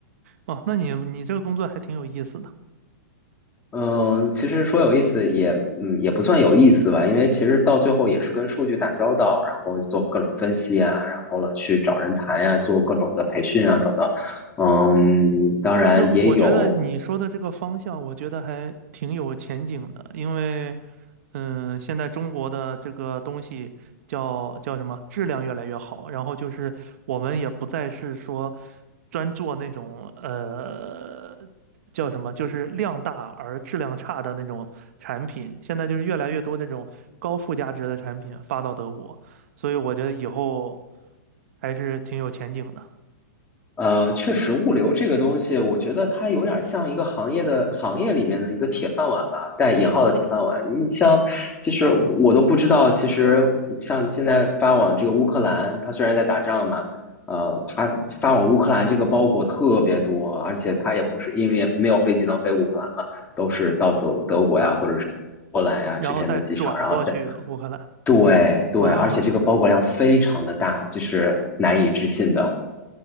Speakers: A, on the right; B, on the left.
A: 哦，那你你这个工作还挺有意思的。
B: 嗯，其实说有意思也嗯也不算有意思吧，因为其实到最后也是跟数据打交道，然后做各种分析啊，然后了去找人谈呀、做各种的培训啊等等。嗯，当然也有，
A: 但是我觉得你说的这个方向，我觉得还挺有前景的，因为，嗯，现在中国的这个东西叫叫什么，质量越来越好，然后就是我们也不再是说专做那种呃叫什么，就是量大而质量差的那种产品，现在就是越来越多这种高附加值的产品发到德国，所以我觉得以后还是挺有前景的，
B: 呃，确实，物流这个东西，我觉得它有点像一个行业的行业里面的一个铁饭碗吧，带引号的铁饭碗。你像，其实我我都不知道，其实像现在发往这个乌克兰，它虽然在打仗嘛，呃，它发往乌克兰这个包裹特别多，而且它也不是因为没有飞机能飞乌克兰嘛，都是到德德国呀，或者是波兰呀这边的机场，
A: 然后再转过去乌克兰。
B: 然后再对对，
A: 啊，
B: 而且这个包裹量非常的大，就是难以置信的。